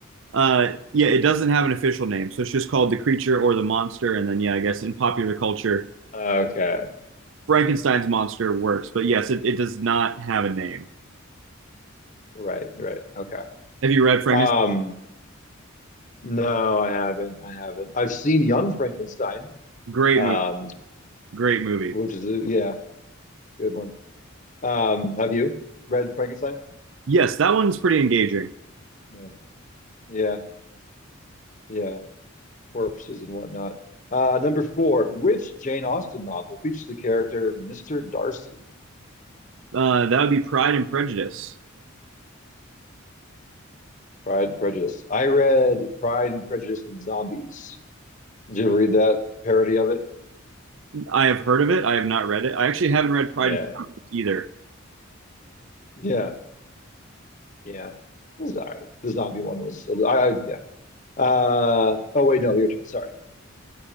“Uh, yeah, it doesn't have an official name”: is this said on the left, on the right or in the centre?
Right